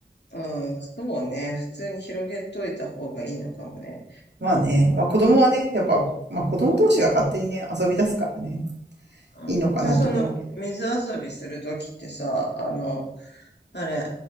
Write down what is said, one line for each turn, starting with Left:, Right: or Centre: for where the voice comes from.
Left: うん、そうね。普通に広げといた方がいいのかもね。
Right: まあね、まあ子供はね、やっぱ、まあ子供同士が勝手にね、
Left: うん。
Right: 遊び出すからね、
Left: うん、
Right: いいのかなと思うけど。
Left: で、その、水遊びするときってさ、あの、あれ、